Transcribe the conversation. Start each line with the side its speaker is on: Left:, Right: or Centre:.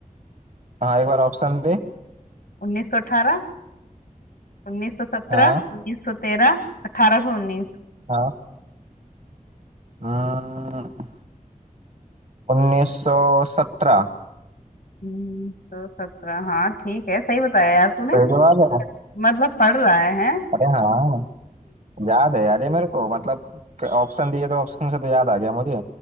Right: हाँ एक बार ऑप्शन दे
Left: उन्नीस सौ अठारह उन्नीस सौ सत्रह
Right: हाँ
Left: उन्नीस सौ तेरह अठारह सौ उन्नीस।
Right: हाँ हम्म, उन्नीस सौ सत्रह
Left: सौ सत्रह हाँ ठीक है सही बताया यार तूने
Right: सही जवाब है
Left: मतलब पढ़ रहा है हैं?
Right: अरे हाँ याद है यार ये मेरे को मतलब ऑप्शन दिए तो ऑप्शन से तो याद आ गया मुझे